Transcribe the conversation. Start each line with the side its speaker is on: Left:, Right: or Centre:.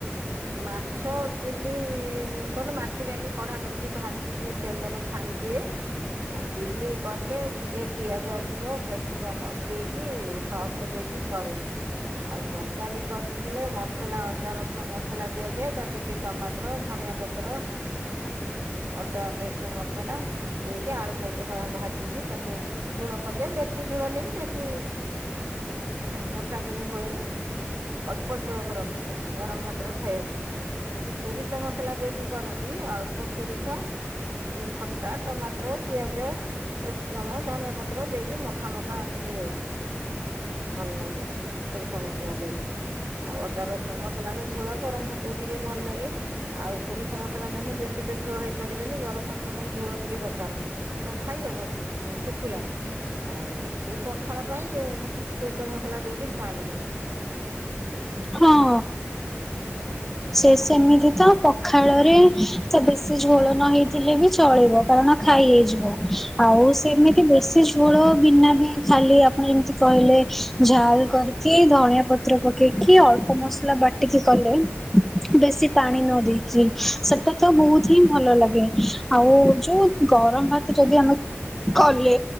Right: ମାଛ ଚିଲ୍ଲି କଲେ ମାଛକୁ ଆଗ କଢା କରିକି ଭାଜିଦିଏ ତେଲର ଛାଣିଦିଏ ଆଉ ଚିଲି କଲେ ଟିକେ ପିଆଜ ଅଧିକ କେଶ କମ ଦେଇକି ସକ୍ସ ଦେଇକି କରେ ଆଉ ତରକାରୀ କଲେେ ମସଲା ଅଦା ରସୁଣ ମସ ସ ଦିଆଯାଏ ତା ଟମାଟର ଧଆ ପତ୍ର ଅଦା ପେଷ୍ଟ ମସଲା ଦେଇକି ଆଳୁ ଭାଜିକି ତାକୁ ଝୁଳ କରିଦିଏ ।ବେଶି ଝୁଳ ନେଇକି ବେଶୀ ମୋଟା କିଣି ହୁଏନି ଅଳ୍ପ ଝୁଳକ ରଖିଥାଏ ଗରମ ଭ ଖାଇବାକୁ ଯଦି ସୋରିଷ ମସଲା ଦେଇକି କରନ୍ତି ଅଳ୍ପ ସୋରିଷ ଟିକେ ଖଟା ଟମାଟର ପିଆଜମ ଧଣିଆ ପତ୍ର ଦେଇକି ମଖା ମଖା ଟିକେେ ଭଲ ଲାଗେ ସୋରିଷ ମସଲା ଦେଇକି ଆଉ ଅଦା ରସୁ ମସଲା ଝୋଳ ଗରମ ଭାତକୁ ଟିକେ ଭଲ ଲାଗେ ଆଉ ସୋରିଷ ମସଲା ଦେଲେ ବେଶୀ ତ ଝୋଳ ହେଇପାରିବନି ଗରମ ଭାତରେ କଣ ଝୋଳ ଟିକେ ଦରକାର କଣ ଖାଇହବ ଶୁଖୁଲାା ଆଉ ସିଏ ପଖାଳ ପାଇଁ ସୋରିଷ ମସଲା ଦେଇକି ଝାଲ କରଲ
Centre: ହଁ।
Right: ହଁ।
Centre: ସେ ସେମିତି ତ ପ ଖାଳରେ ସେ ବେଶୀ ଝୋଳ ନ ହେଇଥିଲେ ବି ଚଳିବ କାରଣ ଖାଇ ହେଇଯିବ ଆଉ ସେମିତି ବେଶୀ ସେ ଝୋଳ ବିନା ବି ଖାଲି ଆପଣ ଯେମିତି କହିଲେ ଝାଲ କରିକି ଧଣିଆ ପତ୍ର ପକେଇକି କିଏ ଅଳ୍ପ ମସଲା ବାଟିକି କଲେ ବେଶୀ ପାଣି ନ ଦେଇେଇକି ସେଟା ତ ବହୁତ ହିଁ ଭଲ ଲାଗେ ଆଉ ଯୋଉ ଗରମ ଭାତ ଯଦି ଆମେ କଲେ